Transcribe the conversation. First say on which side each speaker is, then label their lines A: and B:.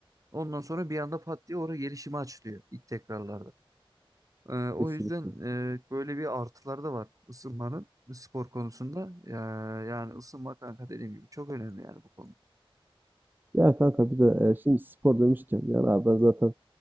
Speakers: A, on the right; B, on the right.
A: Ondan sonra bir anda pat diye oraya gelişimi açılıyor ilk tekrarlarda. Ee, o
B: kesinlikle.
A: yüzden e, böyle bir artıları da var ısınmanın spor konusunda. Ya, yani ısınma kanka dediğim gibi çok önemli yani bu konuda.
B: Ya kanka bir de e, şimdi spor demişken yani abi ben zaten